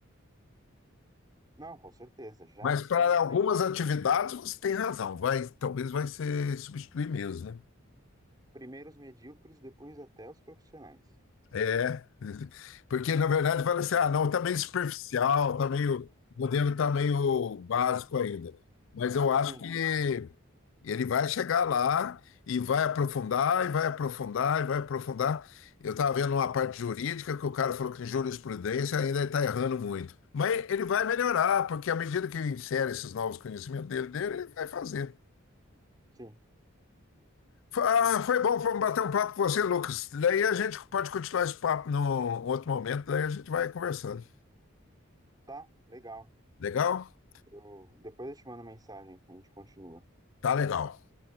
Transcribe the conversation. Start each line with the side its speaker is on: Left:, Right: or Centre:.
Right: Não, com certeza. Já
Left: Mas
Right: está
Left: para
Right: sendo,
Left: algumas atividades,
Right: né?
Left: você tem razão. Vai, talvez vai ser substituir mesmo, né?
Right: Primeiro os medíocres, depois até os profissionais.
Left: É, <laughs> porque na verdade fala assim, ah, não, tá meio superficial, tá meio, o modelo tá meio básico ainda. Mas eu acho
Right: Sim,
Left: que ele vai chegar lá e vai aprofundar, e vai aprofundar, e vai aprofundar. Eu estava vendo uma parte jurídica que o cara falou que em jurisprudência ainda está errando muito. Mas ele vai melhorar, porque à medida que insere esses novos conhecimentos dele, dele, ele vai fazer.
Right: sim.
Left: Foi- Ah, foi bom foi um bater um papo com você, Lucas. Daí a gente pode continuar esse papo num outro momento, daí a gente vai conversando.
Right: Tá, legal.
Left: Legal?
Right: Eu, depois eu te mando mensagem, a gente continua.
Left: Tá legal.